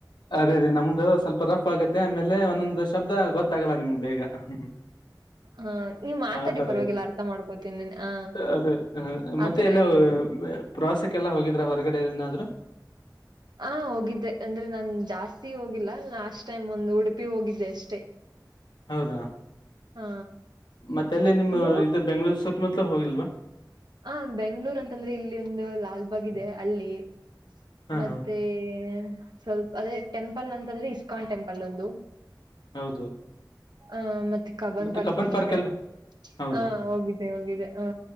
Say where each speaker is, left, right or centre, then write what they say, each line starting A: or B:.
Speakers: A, on the left; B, on the right.
A: ಅದೇ ಅದೇ ನಮ್ದು ಸ್ವಲ್ಪ ರಫ್ ಆಗತ್ತೆ ಆಮೇಲೆ ಒಂದೊಂದು ಶಬ್ದ ಗೊತ್ತಾಗಲ್ಲ ನಿಮ್ಗ್ ಬೇಗ <unintelligible>
B: ಹ ನೀವ್ ಮಾತಾಡಿ
A: ಆ ತರ
B: ಪರವಾಗಿಲ್ಲ
A: ಇರ್ತ್ತ
B: ಅರ್ಥ ಮಾಡ್ಕೋತೀನಿ ಆ
A: ಅದೇ ಮತ್ತೆ
B: ಆತರ
A: ಎಲ್ಲ
B: ಏನಿಲ್ಲ
A: ಪ್ರವಾಸಕ್ಕೆಲ್ಲಾ ಹೋಗಿದ್ರ ಹೊರಗಡೆ ಏನಾದ್ರೂ
B: ಹ ಹೋಗಿದ್ದೆ ಅಂದ್ರೆ ನಾನ್ ಜಾಸ್ತಿ ಹೋಗಿಲ್ಲ ಲಾಸ್ಟ್ ಟೈಮ್ ಒಂದು ಉಡುಪಿ ಹೋಗಿದ್ದೆ ಅಷ್ಟೇ
A: ಹ <inaudible> ಹೌದಾ
B: ಹ
A: ಮತ್ತೆ ಅಲ್ಲಿ ನಿಮ್ಮ
B: ನೀವು
A: ಇದು ಬೆಂಗ್ಳೂರ್ ಸುತ್ಮುತ್ಲು ಹೋಗಿಲ್ವಾ
B: ಹ ಬೆಂಗ್ಗಳೂರ್ ಅಂತಂದ್ರೆ ಇಲ್ಲಿ ಒಂದು ಲಾಲ್ ಬಾಗ್ ಇದೆ ಅಲ್ಲಿ
A: ಹಾ
B: ಮತ್ತೆ
A: ಹಾ
B: ಸ್ವಲ್ಪ ಅದೇ ಟೆಂಪಲ್ ಅಂತಂದ್ರೆ ಇಸ್ಕಾನ್ ಟೆಂಪಲ್ ಒಂದು
A: ಹೌದು
B: ಹ ಮತ್ತೆ ಕಬನ್
A: ಮತ್ತೆ
B: ಪಾರ್ಕ್
A: ಕಬ್ಬನ್
B: ಹೋಗಿದ್ದೆ
A: ಅಲ್ವಾ ಹೌದಾ
B: ಹ ಹೋಗಿದ್ದೆ ಹೋಗಿದ್ದೆ ಹ